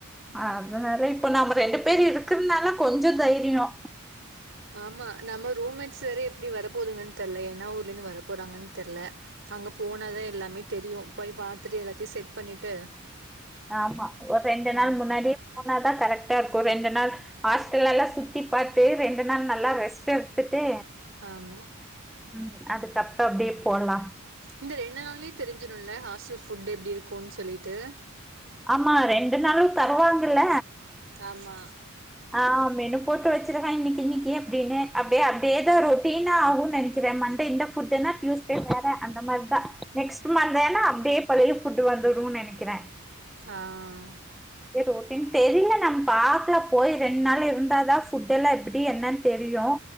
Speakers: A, in the centre; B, on the right (about 65°).
A: அதனால இப்ப நம்ம ரெண்டு பேர் இருக்குறனால கொஞ்சம் தைரியோ
B: ஆமா நம்ம ரூம்மேட்ஸ் வேற எப்டி வர போதுங்கன்னு தெர்ல என்னா ஊர்ல இருந்து வர போறாங்கன்னு தெர்ல அங்க போனாதான் எல்லாமே தெரியும் போய் பாத்துட்டு எல்லாத்தையும் செட் பண்ணிட்டு
A: ஆமா ஒரு ரெண்டு
B: ம்.
A: நாள் முன்னாடி போனாதான் கரெக்ட்டா இருக்கும் ரெண்டு நாள் ஹாஸ்டல்லல்லாம் சுத்தி பார்த்து ரெண்டு நாள் நல்லா ரெஸ்ட் எடுத்துட்டு
B: ஆமா
A: ம் அதுக்கப்பறம் அப்டியே போலாம்
B: இந்த ரெண்டு நாளேயே தெரிஞ்சிடும்ல ஹாஸ்டல் ஃபுட் எப்டி இருக்கும்ன்னு சொல்லிட்டு
A: ஆமா ரெண்டு நாளும் தருவாங்கல
B: ஆமா
A: ஆ மெனு போட்டு வச்சிருக்கான் இன்னிக்கு இன்னிக்கு அப்டின்னு அப்டியே அப்டியே ஏதோ ரொட்டீனா ஆகும்ன்னு நெனைக்கிறேன் மன்டே இந்த புட் டியூஸ்டே வேற அந்த மாரி தான் நெக்ஸ்ட் மண்டேனா அப்டியே பழைய புட் வந்துடும்னு நினைக்கிறேன்
B: ஆ ஆ ஆ
A: ரொட்டீன் தெரில நம்ம பாக்கல போய் ரெண்டு நாள் இருந்தாதான் ஃபுட் எல்லாம் எப்டி என்னன்னு தெரியும்